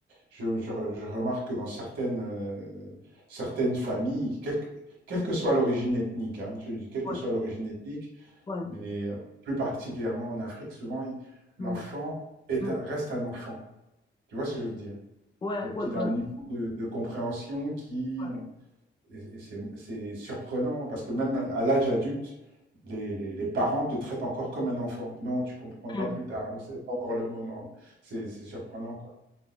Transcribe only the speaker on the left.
Mhm.
Ouais.
Ouais.
Mhm.
Mhm.
Ouais.
Ouais.
Ouais.
Ouais.
Mhm.